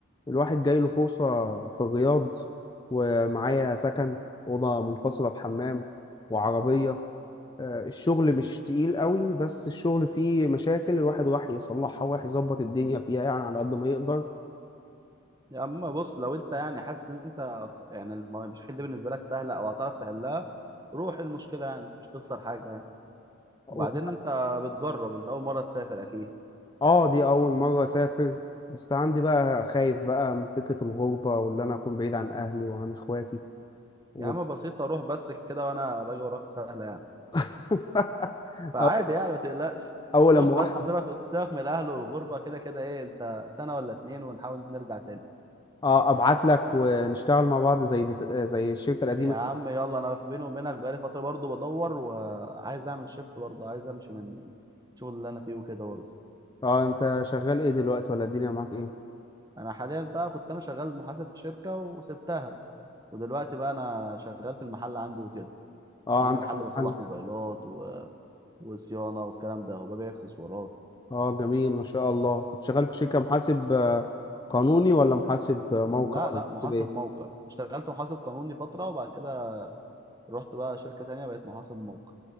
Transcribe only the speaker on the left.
الواحد جاي له فرصة في الرياض ومعايا سكن أوضة منفصلة بحمام وعربية آه، الشغل مش تقيل قوي بس الشغل فيه مشاكل الواحد راح يصلحها وراح يظبط الدنيا فيها يعني على قد ما يقدر
أول-
اه دي اول مرة اسافر بس عندي بقى خايف بقى من فكرة الغربة واللي انا اكون بعيد عن اهلي وعن اخواتي و-
<laughs>
أو-
اول لما
اروح أب-
آه، ابعت لك ونشتغل مع بعض زي دي آه، زي الشركة القديمة
اه انت شغال ايه دلوقتي ولا الدنيا معاك ايه
اه
عندك
محل
اه جميل ما شاء الله كنت شغال في شركة محاسب آه، قانوني ولا محاسب آه، موقع
ولا
محاسب
ايه